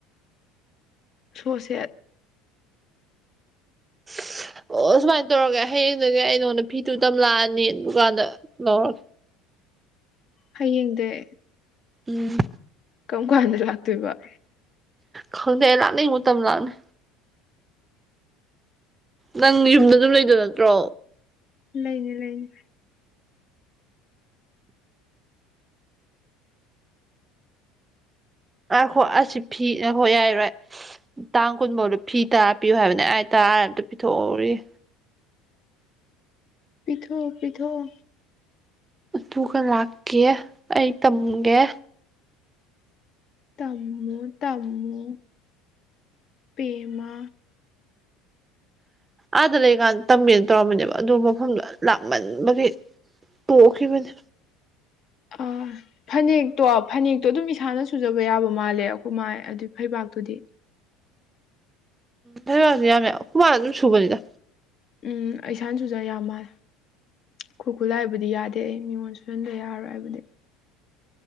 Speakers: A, on the left; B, on the right.
A: ꯁꯣ ꯁꯦꯗ
B: <unintelligible> ꯑꯣ ꯁꯨꯃꯥꯏꯅ ꯇꯧꯔꯒꯦ ꯍꯌꯦꯡꯗꯒꯤ ꯑꯩ ꯅꯉꯣꯟꯗ ꯐꯤꯗꯨꯨ ꯇꯝ ꯂꯥꯛꯑꯅꯤ ꯗꯨꯀꯥꯟꯗ ꯂꯧꯔꯒꯦ
A: ꯍꯌꯦꯡꯗꯩ
B: ꯎꯝ
A: ꯀꯔꯝ ꯀꯥꯟꯗ ꯂꯥꯛꯇꯣꯏꯕ
B: ꯈꯪꯗꯦ ꯑꯧ ꯂꯥꯛꯅꯤꯡ ꯃꯇꯝ ꯂꯥꯛꯅꯤ ꯅꯪ ꯌꯨꯝꯗ ꯑꯗꯨꯝ ꯂꯩꯗꯣꯏ ꯅꯠꯇ꯭ꯔꯣ
A: ꯂꯩꯅꯤ ꯂꯩꯅꯤ
B: ꯉꯥꯏꯈꯣ ꯑꯁꯤ ꯐꯤ ꯉꯥꯏꯈꯣ ꯌꯥꯏꯔꯣꯏ ꯇꯥꯡ ꯀꯨꯟꯐꯧꯗ ꯐꯤ ꯇꯥꯔ ꯄꯤꯌꯨ ꯍꯥꯏꯕꯅꯦ ꯑꯥꯏ ꯇꯔꯥ ꯔꯥꯏ ꯑꯝ ꯄꯤꯊꯣꯛꯍꯧꯔꯤꯒꯦ
A: ꯄꯤꯊꯣꯛꯑꯣ ꯄꯤꯊꯣꯛꯑꯣ
B: ꯑꯗꯨꯒ ꯂꯥꯛꯀꯦ ꯑꯩ ꯇꯝꯒꯦ
A: ꯇꯃꯨ ꯇꯃꯨ ꯄꯦꯃꯥ
B: ꯑꯥꯗ ꯂꯩꯀꯥꯟꯗ ꯇꯝꯃꯦꯅ ꯇꯧꯔꯝꯕꯅꯦꯕ ꯑꯗꯨ ꯃꯐꯝꯗꯨ ꯂꯥꯞꯃꯟꯕꯒꯤ ꯇꯣꯛꯈꯤꯕꯅꯦ
A: ꯑꯥ ꯐꯅꯦꯛꯇꯣ ꯐꯅꯦꯛꯇꯣ ꯑꯗꯨꯝ ꯏꯁꯥꯅ ꯁꯨꯖꯕ ꯌꯥꯕ ꯃꯥꯜꯂꯦ ꯑꯩꯈꯣꯏ ꯃꯥ ꯑꯗꯨꯏ ꯐꯩꯕꯥꯛꯇꯨꯗꯤ
B: <unintelligible> ꯌꯥꯝꯃꯦ ꯑꯩꯈꯣꯏ ꯃꯥꯅ ꯑꯗꯨꯝ ꯁꯨꯕꯅꯤꯗ
A: ꯎꯝ ꯏꯁꯥꯅꯁꯨꯖ ꯌꯥ ꯃꯥꯜꯂꯦ ꯈꯨꯔꯈꯨꯜ ꯂꯥꯏꯕꯨꯗꯤ ꯌꯥꯗꯦ ꯑꯩ ꯃꯤꯉꯣꯟ ꯁꯨꯁꯟꯗ ꯌꯥꯔꯣꯏ ꯑꯥꯏꯕꯨꯗꯤ